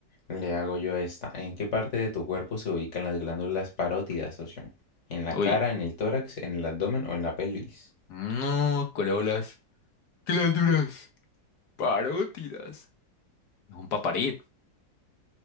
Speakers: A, on the left; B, on the left.
A: le hago yo esta. ¿En qué parte de tu cuerpo se ubican las glándulas parótidas, socio? ¿En la
B: Uy,
A: cara, en el tórax, en el abdomen o en la pelvis?
B: no, corolas, glándulas, parótidas. Un paparit.